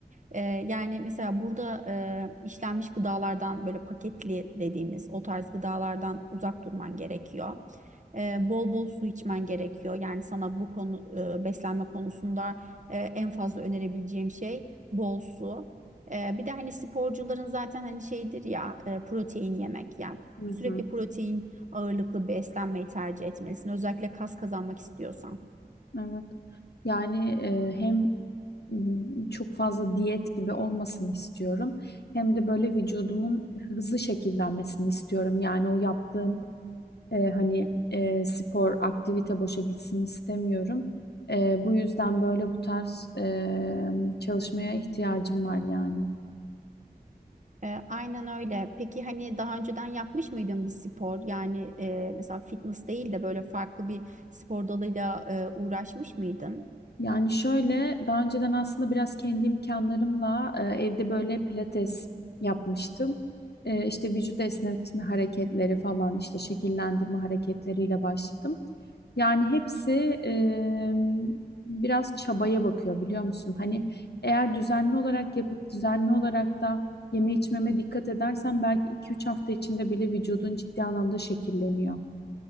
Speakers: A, on the right; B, on the left.
A: Ee, yani mesela burada e, işlenmiş gıdalardan böyle paketli dediğimiz o tarz gıdalardan uzak durman gerekiyor e, bol bol su içmen gerekiyor. Yani sana bu konu e, beslenme konusunda e, en fazla önerebileceğim şey bol su. E, bir de hani sporcuların zaten hani şeydir ya e, protein yemek. Yani
B: hı
A: sürekli
B: hı.
A: protein ağırlıklı beslenmeyi tercih etmelisin. Özellikle kas kazanmak istiyorsan.
B: Evet. Yani e, hem m, çok fazla diyet gibi olmasını istiyorum. Hem de böyle vücudumun hızlı şekillenmesini istiyorum. Yani o yaptığım e, hani e, spor, aktivite boşa gitsin istemiyorum. E, bu yüzden böyle bu tarz e, çalışmaya ihtiyacım var yani.
A: E, aynen öyle. Peki hani daha önceden yapmış mıydın bir spor? Yani e, mesela fitness değil de böyle farklı bir spor dalıyla e, uğraşmış mıydın?
B: Yani şöyle daha önceden aslında biraz kendi imkanlarımla e, evde böyle pilates yapmıştım. E, işte vücut esnetme hareketleri falan işte şekillendirme hareketleriyle başladım. Yani hepsi e, biraz çabaya bakıyor biliyor musun? Hani eğer düzenli olarak yapıp düzenli olarak da yeme içmeme dikkat edersen belki 2-3 hafta içinde bile vücudun ciddi anlamda şekilleniyor.